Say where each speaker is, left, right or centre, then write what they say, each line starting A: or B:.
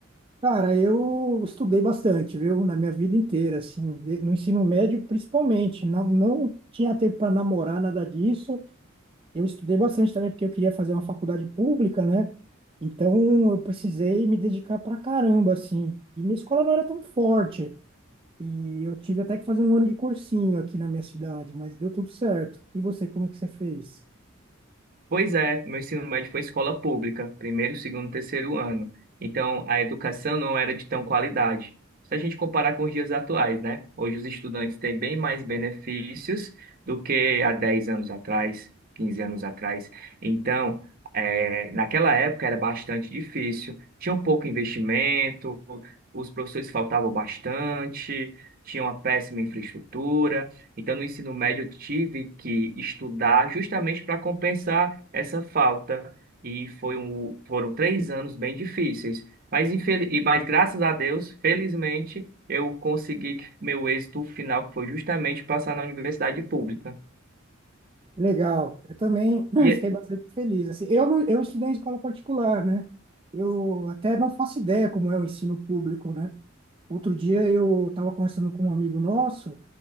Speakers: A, on the right; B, on the right.
A: Cara, eu estudei bastante, viu? Na minha vida inteira, assim, de- no ensino médio principalmente. Não, não tinha tempo para namorar, nada disso. Eu estudei bastante também porque eu queria fazer uma faculdade pública, né? Então eu precisei me dedicar pra caramba, assim. E minha escola não era tão forte. E eu tive até que fazer um ano de cursinho aqui na minha cidade, mas deu tudo certo. E você, como que você fez?
B: Pois é, meu ensino médio foi escola pública, primeiro, segundo, terceiro ano. Então, a educação não era de tão qualidade. Se a gente comparar com os dias atuais, né? Hoje os estudantes têm bem mais benefícios do que há 10 anos atrás, 15 anos atrás. Então, eh, naquela época era bastante difícil, tinha um pouco investimento, os professores faltavam bastante, tinha uma péssima infraestrutura. Então, no ensino médio, eu tive que estudar justamente para compensar essa falta. E foi um, foram três anos bem difíceis. Mas, infel- e- mas, graças a Deus, felizmente, eu consegui que meu êxito final, que foi justamente passar na universidade pública.
A: Legal. Eu também <clears throat>
B: E é-
A: fiquei bastante feliz. Assim, eu, não- eu estudei em escola particular, né? Eu até não faço ideia como é o ensino público, né? Outro dia eu estava conversando com um amigo nosso